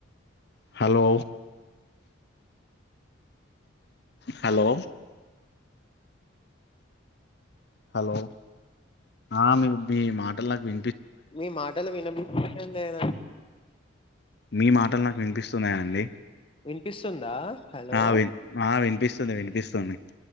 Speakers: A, on the left; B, on the left.
A: hello hello hello ఆ మీ మీ మాటలు నాకు వి
B: మీ మాటలు వినిపించలే లేేనా
A: మీ మాటలు నాకు వినిపిస్తున్నాయా అండి
B: వినిపిస్తుందా హలో
A: ఆ వి ఆ వినిపిస్తుంది వినిపిస్తుంది